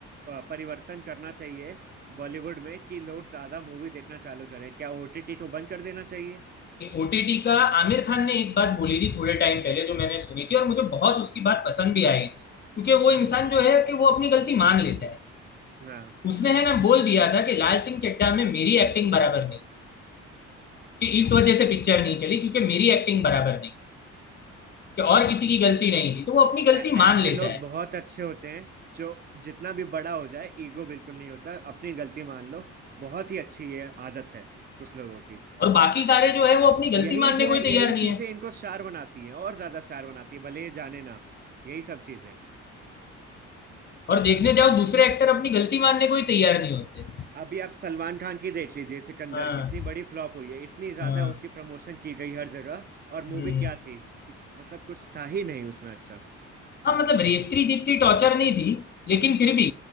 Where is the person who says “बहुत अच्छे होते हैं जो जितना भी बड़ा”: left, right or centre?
Right